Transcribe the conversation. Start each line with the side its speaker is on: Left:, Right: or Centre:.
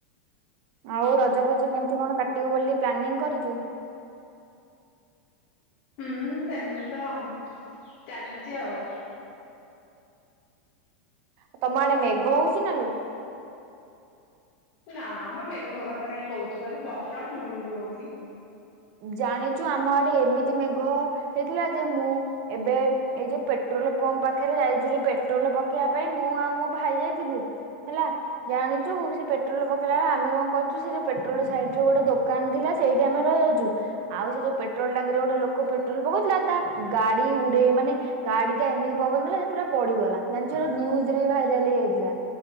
Right: ଆଉ ରଜ ଫଜ କେମିତି କଣ କାଟିବୁ ବୋଲି ପ୍ଲାନିଂ କରିଚୁ?
Left: ହୁଁ ସେମିତି ତ ଆଉ, ଚାଲିଛି ଆଉ।
Right: ଆଉ ତମ ଆଡେ ମେଘ ହଉଛି ନା ଲୋ?
Left: ନା ମ, ମେଘ କଥା କାଇଁ କହୁଛୁ କହିଲୁ, ବର୍ଷା ମୂଳରୁ ହଉନି।
Right: ଜାଣିଚୁ, ଆମ ଆଡେ ଏମିତି ମେଘ ହେଇଥିଲା ଯେ, ମୁଁ ଏବେ, ଏଇ ଯୋଉ ପେଟ୍ରୋଲ ପମ୍ପ ପାଖରେ ଯାଇଥିଲି ପେଟ୍ରୋଲ ପକେଇବା ପାଇଁ, ମୁଁ ଆଉ ମୋ ଭାଇ ଯାଇଥିଲୁ। ହେଲା। ଜାଣିଚୁ, ସେ ପେଟ୍ରୋଲ ପକେଇଲା ବେଳେ ଆମେ କଣ କରୁଛୁ ସେ ଯୋଉ ପେଟ୍ରୋଲ ସାଇଡ ରେ ଗୋଟେ ଦୋକାନ ଥିଲା, ସେଇଠି ଆମେ ରହି ଯାଇଛୁ। ଆଉ ସେ ଯୋଉ ପେଟ୍ରୋଲ ଟାଙ୍କିରେ ଗୋଟେ ଲୋକ ପେଟ୍ରୋଲ ପକଉଥିଲା, ତା ଗାଡି ଉଡେଇ ମାନେ ଗାଡି ଟା, ଏମିତି ପବନଦେଲା ଯେ ପୁରା ପଡିଗଲା, ଜାଣିଛୁ ଏଇଟା ନ୍ୟୁଜ ରେ ଭାଇରାଲ ହେଇଯାଇଥିଲା।